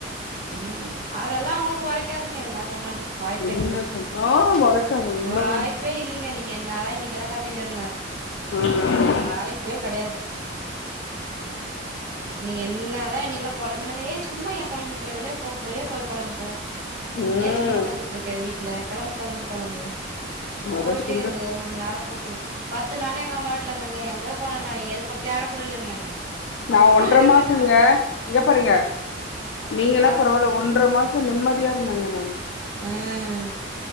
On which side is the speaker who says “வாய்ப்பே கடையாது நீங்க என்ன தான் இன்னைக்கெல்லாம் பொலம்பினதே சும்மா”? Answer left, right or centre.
Right